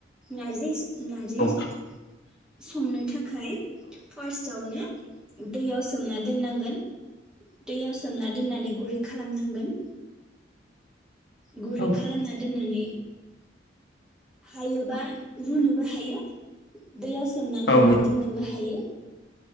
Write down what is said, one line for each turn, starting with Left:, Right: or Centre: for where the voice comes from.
Centre: नारजि
Left: औ
Centre: <unintelligible> संनो था खाय फार्सटआवनो दैयाव सोमना दोननां गोन दैयाव सोमना दोननानै गुरै खालामनांगोन। गुरै
Left: औ
Centre: खालामना दोननानै हायोबा रुनोबो हायो। दैयाव सोमनानैबो
Left: औ
Centre: दोननोबो हायो